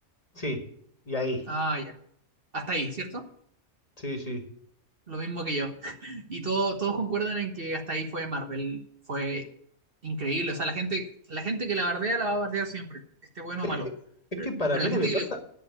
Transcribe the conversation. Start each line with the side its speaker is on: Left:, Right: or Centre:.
Left: Sí, y ahí.
Right: Ah, ya. Hasta ahí, ¿cierto?
Left: Sí, sí.
Right: Lo mismo que yo. <laughs> Y todo- todos concuerdan en que hasta ahí fue Marvel. Fue increíble. O sea, la gente, la gente que la bardea la va a bardear siempre, esté bueno
Left: Es
Right: o malo.
Left: que, es
Right: Pero,
Left: que para
Right: pero
Left: mí
Right: la
Left: lo
Right: gente
Left: que pasa
Right: que le gusta.